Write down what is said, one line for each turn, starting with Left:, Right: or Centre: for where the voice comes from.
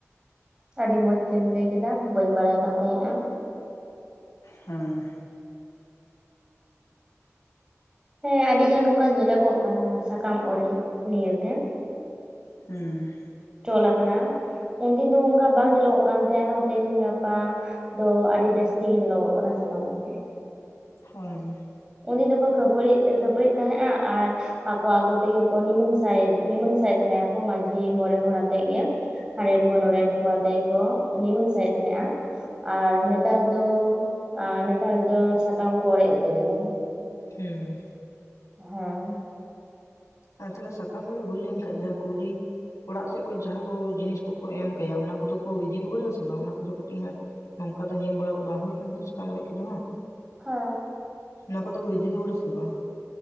Right: ᱟᱹᱰᱤ ᱢᱚᱸᱡᱽ ᱛᱮᱢ ᱞᱟᱹᱭ ᱠᱮᱫᱟ ᱵᱟᱹᱧ ᱵᱟᱰᱟᱭ ᱠᱟᱱ ᱛᱟᱦᱮᱸᱜᱼᱟ
Left: ᱦᱩᱸ
Right: ᱦᱮᱸ ᱟᱹᱰᱤ ᱜᱟᱱ ᱱᱚᱝᱠᱟ ᱧᱮᱞᱚᱜᱚᱜ ᱠᱟᱱᱟ ᱥᱟᱠᱟᱢ ᱚᱨᱮᱡ ᱱᱤᱭᱮᱛᱮ
Left: ᱦᱩᱸ
Right: ᱪᱚᱞᱟᱠᱟᱱᱟ ᱩᱱᱫᱤᱱ ᱫᱚ ᱚᱱᱠᱟ ᱵᱟᱝ ᱧᱮᱞᱚᱜᱚᱜ ᱠᱟᱱ ᱛᱟᱦᱮᱸᱱᱟ ᱟᱨ ᱦᱚᱸ ᱛᱮᱦᱤᱧ ᱜᱟᱯᱟ ᱫᱚ ᱟᱹᱰᱤ ᱡᱟᱹᱥᱛᱤ ᱜᱮ ᱧᱮᱞᱚᱜᱚᱜ ᱠᱟᱱᱟ ᱥᱟᱠᱟᱢ ᱚᱲᱮᱡ
Left: ᱦᱳᱭ
Right: ᱩᱱᱤ ᱫᱚᱠᱚ ᱠᱷᱟᱹᱯᱟᱹᱨᱤ ᱛᱮ ᱠᱷᱟᱹᱯᱟᱹᱨᱤᱜ ᱛᱟᱦᱮᱸᱫᱼᱟ ᱟᱨ ᱟᱠᱚ ᱟᱠᱚ ᱛᱮᱜᱮ ᱠᱚ ᱱᱤᱢᱟᱹ ᱥᱟᱭᱮᱫ ᱱᱤᱢᱟᱹᱝ ᱥᱟᱭᱮᱫ ᱛᱟᱦᱮᱸᱱᱟᱠᱚ ᱢᱟᱹᱡᱷᱤ ᱢᱚᱬᱮ ᱦᱚᱲ ᱟᱛᱮᱜ ᱜᱮ ᱦᱟᱸᱰᱮᱱ ᱠᱚ ᱱᱚᱸᱰᱮᱱ ᱠᱚ ᱟᱛᱮᱜ ᱜᱮ ᱠᱚ ᱱᱤᱢᱚᱱ ᱥᱟᱭᱮᱫ ᱛᱟᱦᱮᱸᱫᱼᱟ ᱟᱨ ᱱᱮᱛᱟᱨ ᱫᱚ ᱱᱮᱛᱟᱨ ᱫᱚ ᱥᱟᱠᱟᱢ ᱠᱚ ᱚᱲᱮᱡ ᱩᱛᱟᱹᱨ ᱮᱫᱟ
Left: ᱦᱩᱸ
Right: ᱦᱳᱭ
Left: ᱟᱨ ᱛᱟᱦᱚᱞᱮ ᱥᱟᱠᱟᱢ ᱚᱲᱮᱡ ᱦᱩᱭ ᱞᱮᱱ ᱠᱷᱟᱡ ᱡᱟᱦᱟᱸ ᱠᱩᱲᱤ ᱚᱲᱟᱜ ᱥᱮᱫ ᱠᱚ ᱡᱟᱦᱟᱸ ᱠᱚ ᱡᱤᱱᱤᱥ ᱠᱚᱠᱚ ᱮᱢ ᱠᱟᱭᱟ ᱚᱱᱟ ᱠᱚᱫᱚ ᱠᱚ ᱤᱫᱤ ᱨᱩᱣᱟᱹᱲᱟ ᱥᱮ ᱛᱚ ᱵᱟᱝ ᱚᱱᱟ ᱠᱚᱫᱚ ᱠᱟᱹᱴᱤᱡ ᱦᱟᱸᱜ ᱱᱚᱝᱠᱟ ᱫᱚ ᱧᱮᱞ ᱵᱟᱲᱟ ᱫᱚ ᱵᱟᱝ ᱦᱩᱭᱠᱟᱱ ᱛᱚ ᱥᱟᱠᱟᱢ ᱚᱲᱮᱡ ᱠᱚᱫᱚ ᱦᱟᱸᱜ
Right: ᱦᱮᱸ
Left: ᱟᱱᱟ ᱠᱚᱫᱚ ᱠᱚ ᱤᱫᱤ ᱨᱩᱣᱟᱹᱲᱟᱥᱮ ᱵᱟᱝ